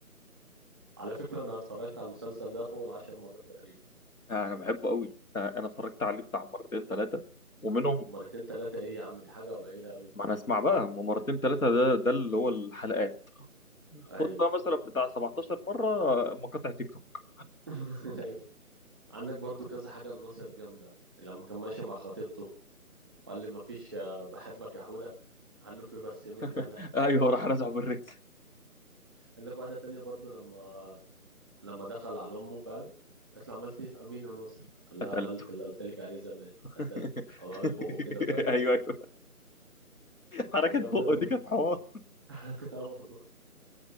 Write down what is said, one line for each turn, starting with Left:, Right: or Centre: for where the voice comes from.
Centre: على فكره انا اتفرجت على المسلسل ده فوق العشر مرات تقريبا
Left: انا بحبه قوي انا اتفرجت عليه بتاع مرتين ثلاثه ومنهم
Centre: مرتين ثلاثه ايه يا عم دي حاجه قليله قوي
Left: ما انا اسمع بقى هم مرتين ثلاثه ده ده اللي هو الحلقات خد
Centre: ايوه
Left: بقى مثلا بتاع 17 مره مقاطع تيك توك
Centre: <laughs> ايوه عندك برضو كذا حاجه لناصر جامده لما كان ماشي مع خطيبته وقال لي مفيش آه، بحبك يا حوده قال له في بس مني
Left: <laughs>
Centre: انا
Left: ايوه راح رازعه بالريك
Centre: قال لك واحده تانية برضو لما لما دخل على امه فاهم قالت له عملت ايه في امين يا ناصر قال لها
Left: قتلته
Centre: عملت اللي قلت لك عليه زمان قتلته
Left: <laughs>
Centre: او عامل بقه كده فاهم
Left: ايوه ايوه حركه
Centre: كانت جامده
Left: بقه
Centre: قوي
Left: دي كانت حوار
Centre: <laughs> اه والله